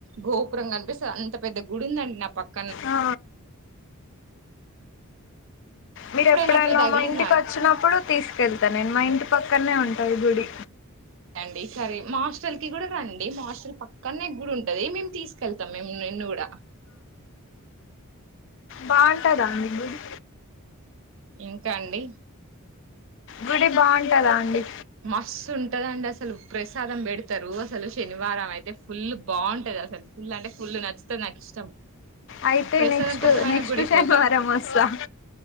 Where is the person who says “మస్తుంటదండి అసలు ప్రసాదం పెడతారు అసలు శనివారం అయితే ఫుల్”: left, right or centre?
Right